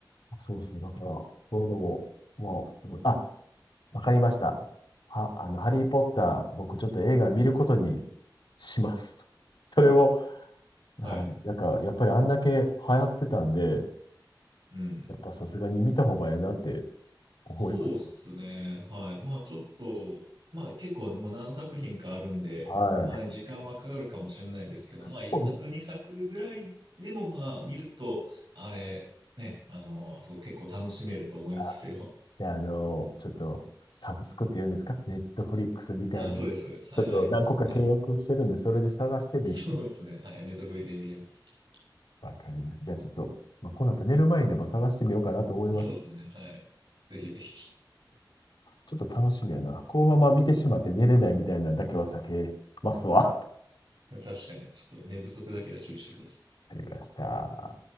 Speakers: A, on the left (about 75°); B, on the right (about 75°).
A: そうそう、だから、そういうのも、もう、でもあ、わかりました。は、あの、ハリー・ポッター、僕ちょっと映画見ることにします。<laughs> それを、
B: はい。
A: はい、
B: はい。
A: なんか、やっぱりあんだけ流行ってたんで、
B: うん。
A: やっぱさすがに見た方がええなって思います。
B: そうっすね。はい。まあ、ちょっと、まあ、結構もう何作品かあるんで、
A: はい。
B: まあ、時間はかかるかもしれないですけど、まあ、
A: そうです
B: 一作、二作ぐらいでも、まあ、見ると、あれ、ね、あの、あそこ結構楽しめると思いますよ。
A: か。じゃあ、あの、ちょっと、サブスクって言うんですかネットフリックスみたいな。
B: あ、そうです、
A: ちょっと何個か契約をしてるんで、
B: そうです。はい、ありますんで。
A: それで探してみる。
B: <laughs> そうですね。はい、ネットフリで見れます。
A: わかります。じゃあちょっと、まあ、この後寝る前にでも探してみようかなと思います。
B: そうですね。はい。ぜひぜひ。
A: ちょっと楽しみやな。このまま見てしまって寝れないみたいなのだけは避けますわ。<laughs> わ
B: 確かに、ちょっと寝不足だけは注意してください。
A: かりました。